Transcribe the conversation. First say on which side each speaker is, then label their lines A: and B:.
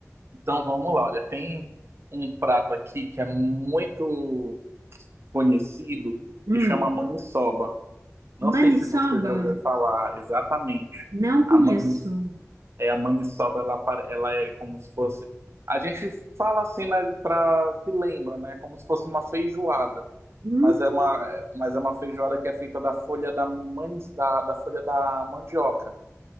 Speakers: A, on the right; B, on the right.
A: Então vamos lá, olha, tem um prato aqui que é muito conhecido
B: Hum.
A: que chama maniçoba. Não
B: Maniçoba?
A: sei se você já ouviu falar exatamente.
B: Não conheço.
A: A manis, é a maniçoba, ela, apare- ela é como se fosse. A gente fala assim, né, para que lembra, né? Como se fosse uma feijoada,
B: Hum,
A: mas é uma, é- mas é uma feijoada que é feita da folha da, manis, da, da folha da mandioca.